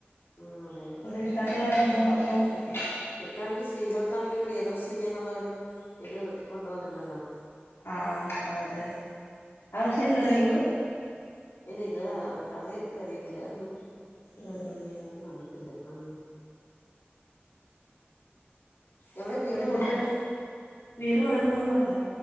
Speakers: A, on the left (about 65°); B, on the left (about 80°).
A: ഉം അതേനെ
B: കൂറെകിട്ടാത്ത അതിപ്പോ അപ്പോ കിട്ടി
A: എപ്പോഴാണെങ്കി സ്ത്രീകൾക്കാണെങ്കിലും പ്രിയദർശിന്യ ന്നുള്ള ഒരു ഇത് കൊണ്ട വന്നിട്ടുണ്ടല്ലോ?
B: ആഹ് അതെ ആ ബസ്സി
A: ഉ
B: കേറിയോ
A: ഇല്ല
B: ഇങ്ങള്
A: ഇതുവര അത് കേറിയിട്ടില്ല ആഹ്ഹ്
B: ഉം ഉം
A: കറണ്ട് വന്നിട്ടില്ല ഉ എവിടെ വീട്
B: ഫുഡൊ
A: എവിടെയാ
B: വീട് മലപ്പുറം പത്താ